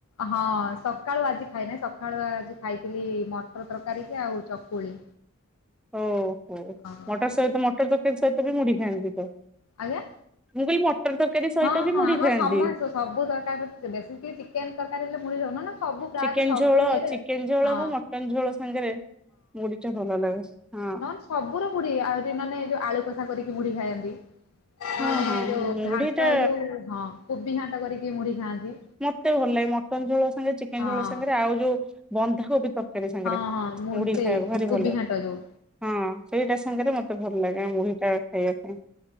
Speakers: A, on the left; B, in the centre.
A: ହଁ ସକାଳୁ ଆଜି ଖାଇନହିଁ ସକାଳୁ ଆଜି ଖାଇଥିଲି ମଟର ତରକାରୀ କି ଆଉ ଚକୁଳି।
B: ଓ ହୋ
A: ହଁ
B: ମଟର ସହିତ ମଟର ତରକାରି ସହିତ ବି ମୁଡ଼ି ଖାଆନ୍ତି ଥାନ୍ତି ତ।
A: ଆଜ୍ଞା।
B: ମୁଁ କହିଲି ମଟର ତରକାରୀ ସହିତ
A: ହଁ
B: ବି
A: ହଁ
B: ମୁଡି
A: ଆମର
B: ଖାଆନ୍ତି।
A: ସମସ୍ତ ସବୁ ତରକାରି ସହିତ ବେଶୀ ଟିକେ ଚିକେନ ତରକାରୀ ହେଲେ ମୁଡି ଯାଉନ ନା। ସବୁ ପ୍ରାୟତଃ
B: ଚିକେନ
A: ସବୁ
B: ଝୋଳ
A: ଇଏରେ
B: ଚିକେନ ଝୋଳକୁ
A: ହଁ
B: ମଟନ ଝୋଳ ସାଙ୍ଗରେ ମୁଢ଼ି ଟା ଭଲ ଲାଗେ। ହଁ।
A: ନା ସବୁର ର ମୁଢି ଆଉ ମାନେ ଯୋଉ ଆଳୁ କସା କରିକି ମୁଢି ଖାଆନ୍ତି।
B: ହଁ
A: ଆମେ
B: ହଁ
A: ଯୋଉ
B: ମୁଢି
A: ଘାଣ୍ଟ
B: ଟା
A: ଯୋଉ ହଁ କୋବି ଘାଣ୍ଟ କରିକି ମୁଢି ଖାଆନ୍ତି।
B: ମତେ ଭଲ ଲାଗେ ମଟନ୍ ଝୋଳ ସାଙ୍ଗରେ ଚିକେନ
A: ହଁ
B: ଝୋଳ ସାଙ୍ଗରେ ଆଉ ଯୋଉ ବନ୍ଧାକୋବି ତରକାରୀ ତରକାରୀ ସାଙ୍ଗରେ
A: ହଁ ହଁ ମୁଢି
B: ମୁଡି
A: ସେଇ
B: ଖାଇବାକୁ ଭାରି
A: କୋବି
B: ଭଲ ଲାଗେ।
A: ଘାଣ୍ଟ ଯୋଉ
B: ହଁ ସେଇଟା ସାଙ୍ଗରେ ମତେ ଭଲ ଲାଗେ ମୁଢି ଟା ଖାଇବା ପାଇଁ।